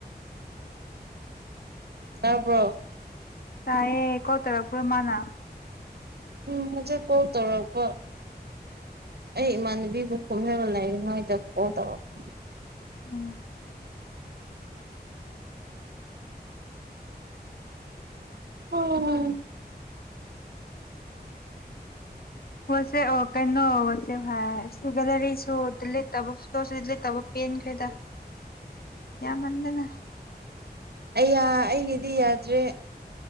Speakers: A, on the right; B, on the left.
A: ꯇꯥꯕ꯭ꯔꯣ
B: ꯇꯌꯦꯦ ꯀꯧ ꯇꯔ ꯄꯨꯔ ꯃꯥꯅꯥ
A: ꯎꯝ ꯃ ꯆ ꯀꯣ ꯇꯧꯔ ꯀꯣ ꯑꯩ ꯏꯃꯥꯟꯅꯕꯤꯕꯨ ꯈꯨꯝꯅꯒ ꯂꯩꯔꯤꯉꯩꯗ ꯀꯣꯜ ꯇꯧꯔꯛꯄ
B: ꯎꯝ
A: ꯑꯣꯝ
B: ꯁꯦ ꯑꯣ ꯀꯩꯅꯅꯣꯁꯦꯚꯥꯏ ꯁꯒꯂꯔꯤꯁꯨ <inaudible> ꯂꯩꯇꯕ ꯄꯦꯟꯈ꯭ꯔꯦꯗ ꯌꯥꯝꯃꯟꯗꯅ
A: ꯑꯩꯌꯥ ꯑꯩꯒꯤꯗꯤ ꯌꯥꯗ꯭ꯔꯦ